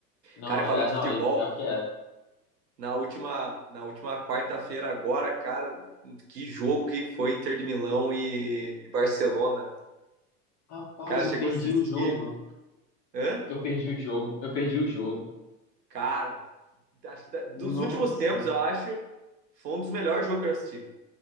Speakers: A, on the left (about 35°); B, on the right (about 80°).
A: Não,
B: Cara, e falando
A: é, não,
B: de futebol,
A: e pior que é.
B: na última, na última quarta-feira agora, cara, que jogo que foi Inter de Milão e, e Barcelona.
A: Rapaz,
B: Cara,
A: eu
B: chegou
A: perdi
B: a assistir.
A: o jogo.
B: Hã?
A: Eu perdi o jogo, eu perdi o jogo.
B: Cara, acho que da- dos
A: Nossa.
B: últimos tempos, eu acho, foi um dos melhores jogos que eu assisti.